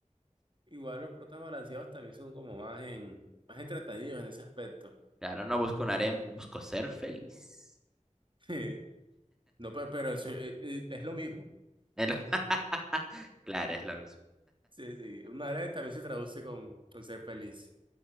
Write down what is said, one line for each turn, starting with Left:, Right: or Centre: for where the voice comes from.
Right: Igual los protas balanceados también son como más en, más entretenidos en ese aspecto.
Centre: claro, no busco un harem, busco ser feliz.
Right: <laughs> No, pe- pero, eso, eh, eh, es lo mismo.
Centre: Es lo- <laughs> Claro, es lo mismo,
Right: Sí, sí. Una alegre también se traduce con, con ser feliz.